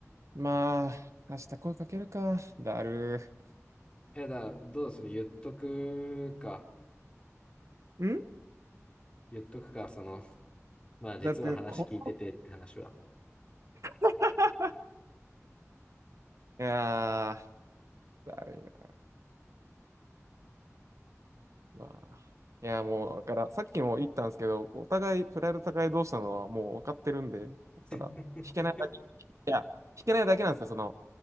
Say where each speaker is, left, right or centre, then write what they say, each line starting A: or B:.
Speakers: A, on the right; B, on the left.
A: まあ、明日声かけるか。だる
B: え、だからどうする言っとくか。
A: ー。ん
B: 言っとくか、その、まあ実は話聞いててって話は。
A: だって、この、<laughs> いやー、だるいまあ、いや、もう、だから、さっきも言ったんですけど、お互い、プライド高い同士なのはもう分かってるんで、だから、
B: <laughs>
A: 引けないだけ、いや、引けないだけなんですよ、その、